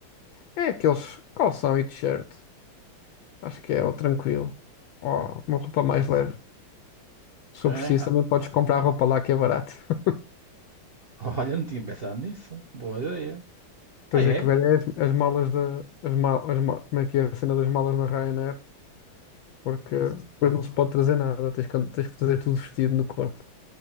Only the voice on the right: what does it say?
É?
<laughs>
Ah, Olha, não tinha pensado nisso. Boa ideia. Ah,
é?